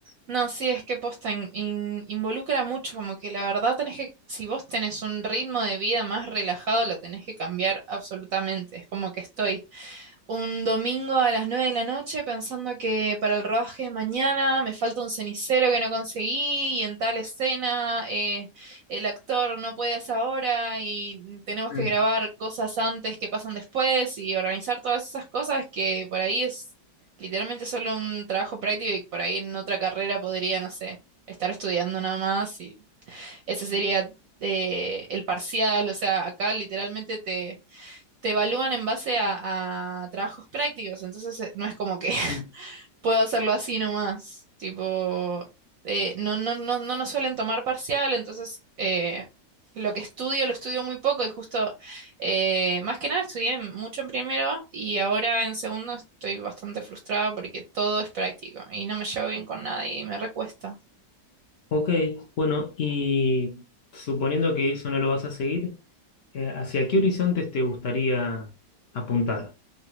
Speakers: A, on the right; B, on the left.
A: No, sí, es que posta in- in- involucra mucho, como que la verdad tenés que, si vos tenés un ritmo de vida más relajado, lo tenés que cambiar absolutamente. Es como que estoy un domingo a las 9 de la noche pensando que para el rodaje de mañana me falta un cenicero que no conseguí y en tal escena eh, el actor no puede a esa hora y tenemos
B: Mm,
A: que grabar cosas antes que pasan después y organizar todas esas cosas que por ahí es literalmente solo un trabajo práctico y por ahí en otra carrera podría, no sé, estar estudiando nada más y ese sería eh, el parcial, o sea, acá literalmente te te evalúan en base a, a trabajos prácticos, entonces eh, no es como que <laughs>
B: mm.
A: puedo hacerlo así nomás, tipo, eh, no, no, no, no nos suelen tomar parcial, entonces eh, lo que estudio lo estudio muy poco y justo, eh, más que nada estudié mucho en primero y ahora en segundo estoy bastante frustrada porque todo es práctico y no me llevo bien con nadie y me recuesta.
B: Ok, bueno, y suponiendo que eso no lo vas a seguir, Eh, ¿hacia qué horizontes te gustaría apuntar?